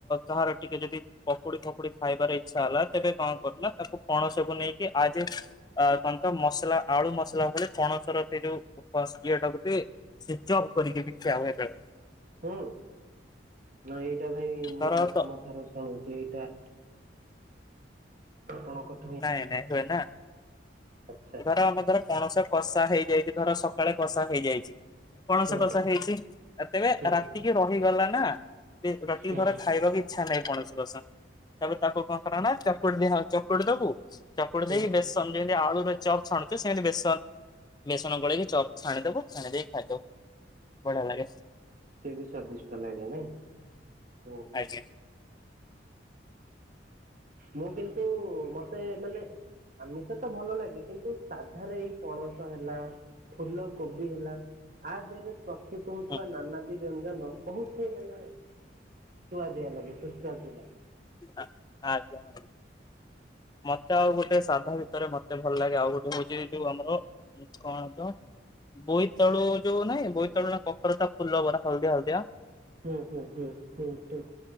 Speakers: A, on the left; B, on the right.
A: କାହାର ଟିକେ ଯଦି। ପକୁଡି ଫକୁଡି ଖାଇବାର ଇଛା ହେଲା ତେବେ କଣ କରିଲୁ ତାକୁ ପଣସକୁ ନେଇକି ଆଜି। ଅ କଣ ତ ମସଲା ଆଳୁ ମସଲା କଲେ ପଣସର ସେ ଯୋଉ ଇଏଟା <unintelligible> ସି ଚ ଅପ୍ କରିକି ବିକାହୁଏ ବେଳେ।
B: ହୁଁ ନା ଏଇଟା ଭାଇ
A: ଧର
B: ମୁଁ ପ୍ରଥମ
A: ତ
B: ଥର ଶୁଣୁଛି ଏଇଟା। ଆପଣଙ୍କ କ <unintelligible>
A: ନାଇଁ ନାଇଁ ହୁଏ ନା।
B: ଆଚ୍ଛା
A: ଧର ଆମେ ଧର ପଣସ କଷା ହେଇଯାଇଛି ଧର ସକାଳେ କଷା ହେଇଯାଇଛି। ପଣସ
B: ହୁଁ
A: କଷା ହେଇଛି ତେବେ
B: ହୁଁ
A: ରାତିକି ରହିଗଲା ନା। ରାତିକି
B: ହୁଁ
A: ଧର ଖାଇବାକୁ ଇଚ୍ଛା ନାହିଁ ପଣସ କସା। ତାପରେ ତାକୁ କଣ କର ନା ଚକୁଡି ଚକୁଡି ଦବୁ ଚକୁଡି
B: ହୁଁ।
A: ଦେଇକି ବେଶନରେ ଆଳୁ ର ଚପ୍ ଛାଣୁଛୁ ସେମିତି ବେସନ ବେସନ ଗୋଳେଇି ଚପ୍ ଛାଣିଦବୁ ଛାଣି ଦେଇକି ଖାଇଦବୁ। ବଢ଼ିଆ ଲାଗେ।
B: ସେ ବି ସାର୍ ଦିଶଟ ଲାଗେ ନାଇଁ ହୁ ହୁ।
A: ଆଜ୍ଞା
B: ମୁଁ କିନ୍ତୁ ମତେ ମାନେ ଆମିଷ ତ ଭଲ ଲାଗେ କିନ୍ତୁ ସାଧାରେ ଏଇ। ପଣସ ହେଲା ଫୁଲ କୋବି ହେଲା ଆ ଦେହେରେ ପ୍ରସ୍ତୁତ ହଉଥିବା
A: ହୁଁ
B: ନାନାଦି ବ୍ୟଞ୍ଜନ ବହୁତୁ ମାନେ। ସୁଆଦିଆ ଲାଗେ ସୁସ୍ବାଦୁ ଲାଗେ।
A: ଆ ଆଚ୍ଛା। ମତେ ଆଉ ଗୋଟେ ସାଧା ଭିତରେ ମତେ ଭଲ ଲାଗେ ଆଉ ଗୋଟେ ହଉଚି ଯୋଉ ଆମର କଣ ତ ବୋଇତାଳୁ ଯୋଉ ନାଇଁ ବୋଇତାଳୁ ନା କଖାରୁ ଟା ଫୁଲ ବରା ହଳଦିଆ ହଳଦିଆ।
B: ହୁଁ ହୁଁ ହୁଁ ହୁଁ ହୁଁ।